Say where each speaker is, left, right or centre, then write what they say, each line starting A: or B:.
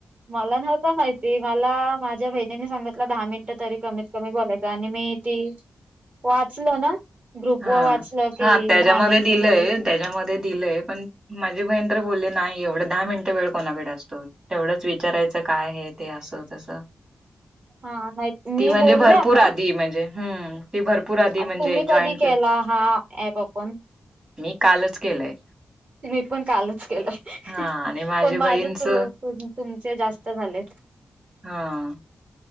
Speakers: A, on the right (about 45°); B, on the right (about 25°).
A: मला नव्हतं माहिती. मला माझ्या बहिणीने सांगितलं, दहा मिनटं तरी कमीत कमी बोलायचं. आणि मी ती. वाचलं ना? ग्रुप
B: हा
A: वर वाचलं कि,
B: हा त्याच्यामध्ये
A: दहा मिनटं
B: दिलंय
A: तरी
B: त्याच्यामध्ये दिलंय. पण माझी बहीण तर बोलली नाही एवढं दहा मिनिटं वेळ कोणाकडे असतो? तेवढंच विचारायचं काय, हे, ते, असं, तसं.
A: हा नाही मी
B: ती म्हणजे
A: बोलले
B: भरपूर
A: आता
B: आधी म्हणजे हम्म. ती भरपूर आधी
A: आ
B: म्हणजे
A: तुम्ही कधी
B: जॉईंट
A: केला हा ऍप ओपन
B: मी कालच केलंय.
A: मी पण कालच केलंय.
B: हा आणि माझी
A: पण
B: बहीणच
A: माझं तु-तुमचे जास्त झालेत.
B: हा.